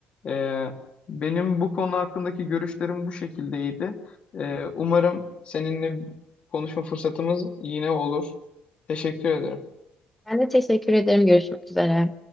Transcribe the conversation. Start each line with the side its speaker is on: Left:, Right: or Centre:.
Left: E, benim bu konu hakkındaki görüşlerim bu şekildeydi. Ee, umarım seninle konuşma fırsatımız yine olur. Teşekkür ederim.
Centre: Ben de teşekkür ederim. Görüşmek üzere.